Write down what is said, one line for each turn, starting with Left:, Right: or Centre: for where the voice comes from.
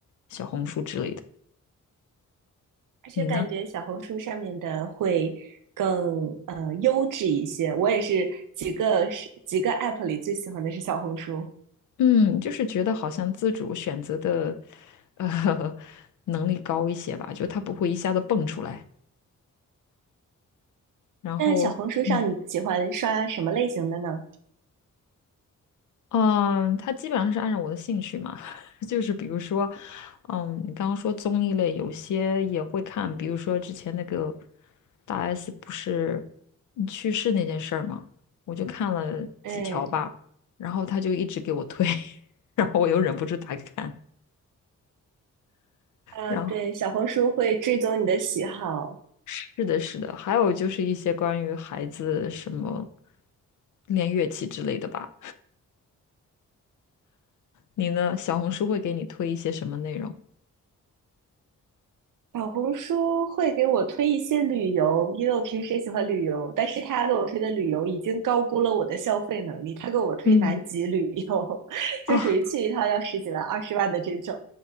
Left: 小红书之类的。
Right: 而且感觉小红书上面的会更呃优质一些。
Left: 你呢？
Right: 我也是几个几个 app 里最喜欢的是小红书。
Left: 嗯，就是觉得好像自主选择的呃 <laughs> 能力高一些吧，就它不会一下子蹦出来，然后嗯。
Right: 那小红书上你喜欢刷什么类型的呢？
Left: 嗯，他基本上是按照我的兴趣嘛，<laughs> 就是比如说，嗯，你刚刚说综艺类，有些也会看，比如说之前那个大 S 不是嗯去世那件事儿嘛，我就看了几条吧，
Right: 对，
Left: 然后他就一直给我推，<laughs> 然后我又忍不住打开看，
Right: 啊，
Left: 然后
Right: 对，小红书会追踪你的喜好，
Left: 是的，是的，还有就是一些关于孩子什么练乐器之类的吧。你呢？小红书会给你推一些什么内容？
Right: 小红书会给我推一些旅游，因为我平时也喜欢旅游，但是他给我推的旅游已经高估了我的消费能力。他给我推南极旅游，
Left: 嗯，
Right: <laughs>
Left: 啊，
Right: 就属于去一趟要十几万、二十万的这种。